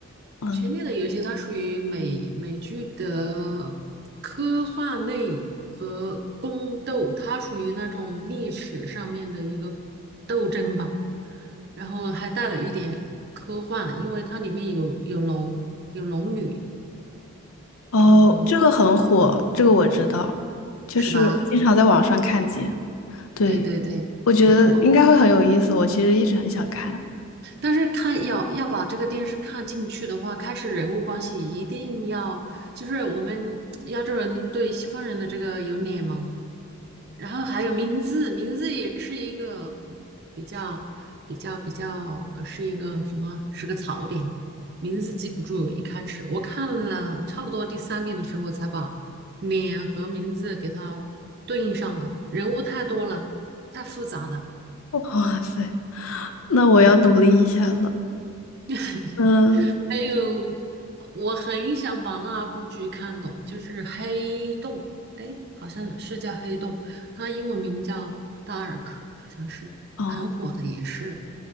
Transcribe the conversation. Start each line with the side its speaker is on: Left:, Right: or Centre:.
Left: 嗯，
Right: 《权力的游戏》它属于美美剧的科幻类和宫斗，它属于那种历史上面的一个斗争吧，然后还带了一点科幻，因为它里面有有龙，女，
Left: 哦，
Right: 嗯，
Left: 这个很火，这个我知道，就是经常在网上看见。
Right: 是吧？
Left: 对。
Right: 对对对，
Left: 我觉得应该会很有意思，
Right: 很火。
Left: 我其实一直很想看。
Right: 但是看要要把这个电视看进去的话，开始人物关系一定要，就是我们亚洲人对西方人的这个有脸盲，然后还有名字，名字也是一个比较比较比较，呃，是一个什么？是个槽点，名字记不住。一开始我看了差不多第三遍的时候，才把脸和名字给它对应上了。人物太多了，太复杂了。
Left: 哇塞，那我要努力一下了。
Right: 嗯 <laughs>
Left: 嗯
Right: 还有，我很想把那部剧看懂，就是《黑洞》，哎，好像是叫《黑洞》，它英文名叫《Dark》，好像是很火的，
Left: 哦，
Right: 也是，